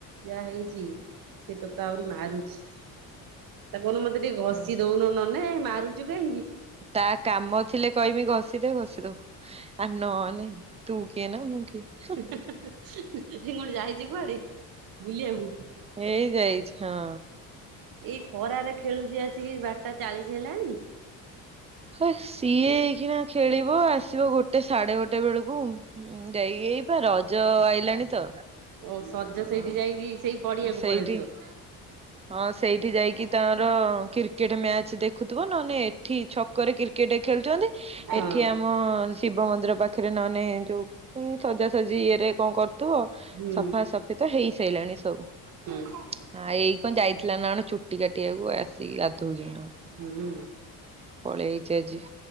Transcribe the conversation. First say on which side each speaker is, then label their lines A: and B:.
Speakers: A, on the right; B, on the right.
A: ଯାହା ହେଇଛି ସେ ଟୋକା ଆଉରି ମାରୁଚି। ତାକୁ କହୁନୁ ମୋତେ ଘଷି
B: ହୁଁ
A: ଦଉନୁ ନନେ ମାରୁଚୁ କାହିଁକି?
B: ତା କାମ ଥିଲେ କହିବି ଘଷିଦେ ଘଷିଦବ ନ ନେ - ତୁ କିଏ ନା ମୁଁ କିଏ।
A: ମୁଁ କଣ ଯାଇଚି କୁଆଡେ ବୁଲିଆକୁ।
B: ଏଇ ଯାଇଚି ହଁ।
A: ଏଇ ଖରାରେ ଖେଳୁଛି ଆସିକି ବାରଟା ଚାଳିଶ ହେଲାଣି।
B: ହଁ ସିଏ ହେଇକିନା ଖେଳିବ ଆସିବ ଗୋଟେ ସାଢେ ଗୋଟେ ବେଳକୁ ଉଁ ଯାଇକିଇ ବା ରଜ ଆଇଲାଣି ତ
A: ଓ ସଜ
B: ଅ
A: ସେଇଠି ଯାଇକି ସେଇ ପଡିଆକୁ
B: ସେଇଠି
A: ପଳେଇଥିବ।
B: ହଁ ସେଇଠି ଯାଇକି ତାର କ୍ରିକେଟ ମ୍ୟାଚ ଦେଖୁଥିବ ନହେଲେ ଏଠି ଛ ଘରେ କ୍ରିକେଟ ଖେଳୁଛନ୍ତି
A: ହଁ।
B: ଏଠି ଆମ ହଁ ଶିବ ମନ୍ଦିର ପାଖରେ ନହେଲେ ଯୋଉ ଏଇ ସଜାସଜି ଇଏରେ କଣ କରୁଥିବ।
A: ହୁଁ
B: ସଫା ସଫି ତ ହେଇ ସାରିଲାଣି ସବୁ।
A: ହୁଁ
B: ହଁ ଏଇ କଣ ଯାଇଥିଲା ନା କଣ ଚୁଟି କାଟିବାକୁ ଆସିକି ଗାଧଉଛିି ନା କଣ।
A: ହୁଁ।
B: ପଳେଇଛି ଆଜି